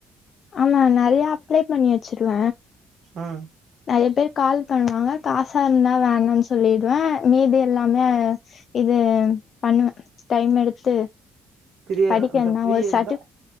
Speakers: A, on the left (about 55°); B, on the right (about 70°).
A: ஆமா நெறய அப்ளை பண்ணி வச்சிருவ
B: ம்
A: நெறய பேர் கால் பண்ணுவாங்க காசா இருந்தா வேனான் சொல்லிடுவ மீதி எல்லாமே இது பண்ணுவ டைம் எடுத்து
B: ஃப்ரீயா
A: படிப்பு
B: அந்த
A: வேணுமா
B: ஃப்ரீயா
A: ஒரு சட்டு
B: இருந்தா